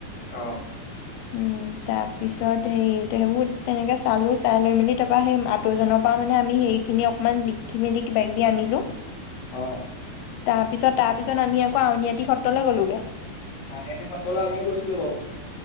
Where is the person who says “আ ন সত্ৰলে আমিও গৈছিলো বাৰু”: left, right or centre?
Left